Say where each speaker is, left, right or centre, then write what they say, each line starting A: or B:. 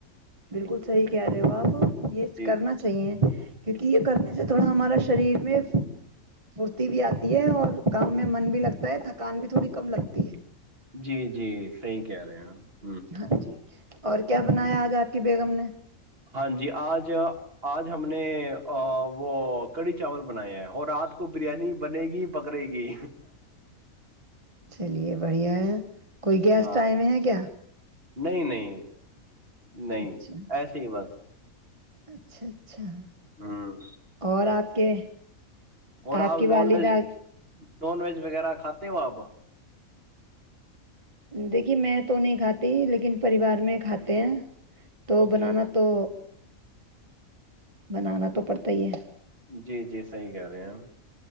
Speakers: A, on the right (about 25°); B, on the right (about 45°).
A: بالکل صحیح کہہ رہے ہو آپ یہ
B: جی
A: کرنا چاہیے کیونکہ یہ کرنے سے تھوڑا ہمارا شریر میں پھرتی بھی آتی ہے اور کام میں من بھی لگتا ہے تھکان بھی تھوڑی کم لگتی ہے
B: جی جی صحیح کہہ رہے ہیں ہ
A: ہاں جی اور کیا بنایا آج آپ کی بیگم نے
B: ہاں جی آج آج ہم نے وہ کری چاول بنایا ہے وہ رات کو بریانی بنے گی بکرے کی
A: چلیے بڑھیا ہے کوئی گیسٹ
B: کیا
A: آئے ہوئے ہے کیا
B: نہیں نہیں نہیں
A: اچھا
B: ایسے ہی بس
A: اچھا اچھا
B: ہوں
A: اور آپ کے
B: اور
A: آپ کی
B: نان
A: والدہ
B: ویج نان ویج وغیرہ کھاتے ہو آپ
A: دیکھیے میں تو نہیں کھاتی لیکن پریوار میں کھاتے ہیں
B: اوکے
A: تو بنانا
B: اوکے
A: تو بنانا تو پڑتا ہی ہے
B: جی جی صحی کہہ رہے ہیں ہم